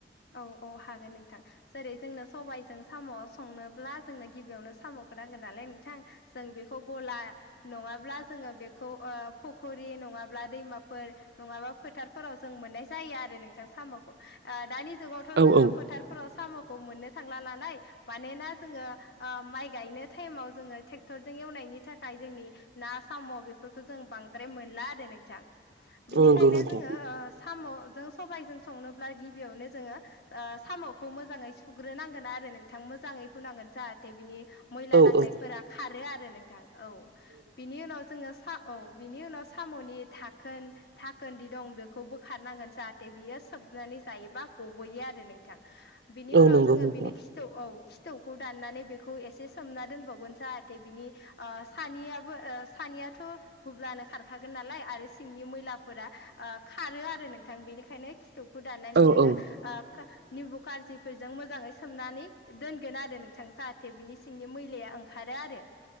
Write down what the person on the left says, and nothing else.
औ औ हागोन नोंथां जेरै जोंनो सबायजों साम' संनोब्ला जोंनो गिबियावनो साम' खो नांगो नालाय नोंथां जों बेखौ गला नङाब्ला जोङो बेखौ ओ फुखरि नङाब्ला दैमाफोर नङाबा फोथारफोराव जों मोननाय जायो आरो नोंथां साम'खौ ओ दानि जुगावथ'
जोङो
फोथारफोराव साम' खौ मोननो थांला नालाय मानोना जोङो ओ माइ गायनो थाइमाव जोङो थेक्टर जों एवनाय नि थाखाय जोंनि ना साम' बेफोरखौ जों बांद्राय मोनला आरो नोंथां बिनिखायनो
जोङो ओ साम'जों सबायजों संनोब्ला गिबियावनो जोङो ओ साम'खौ मोजाङै सुग्रोनांगोन आरो नोंथां मोजाङै हुनांगोन जाहाथे बिनि मैला
नांनायफोरा
खारो आरो नोंथां औ बिनि उनाव जोङो सा औ बिनि उनाव साम'नि थाखोन धाखोनदि दं बेखौ बोखारनांगोन जाहाथे बियो सोब नानै जायोबा गबोयो आरो नोंथां बिनि
उनाव
जोङो
बिनि खिथौ औ थौखौ दाननानै बेखौ एसे सोमना दोनबावगोन जाहाथे बिनि ओ सानिआबो ओ‌ सानिआ याथ' हुब्लानो खारखागोन नालाय आरो सिंनि मैफोरा ओ खारो आरो नोंथां बेनिखायनो खिथौ‌ खौ दाननानै
जोङो
आ खा निमबु कारजिफोरजों मोजाङै सोमनानै दोनगोन आरो नोंथां जाहाथे बिनि सिंनि मै <unintelligible> ओंखारो आरो